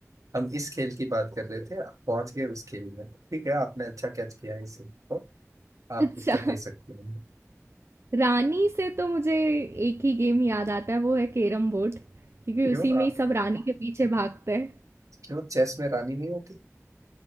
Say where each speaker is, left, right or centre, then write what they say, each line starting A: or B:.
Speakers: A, on the right; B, on the right.
A: हम इस खेल की बात कर रहे थे आप पहुंच गए उस खेल में ठीक है आपने अच्छा कैच किया है इस हिंट को
B: <laughs>
A: आप
B: अच्छा
A: उत्तर दे सकते हैं
B: रानी से तो मुझे एक ही गेम याद आता है वो है कैरम बोर्ड क्योंकि
A: क्यों
B: उसी में
A: आप
B: ही सब रानी के पीछे भागते हैं
A: क्यों चेस में रानी नहीं होती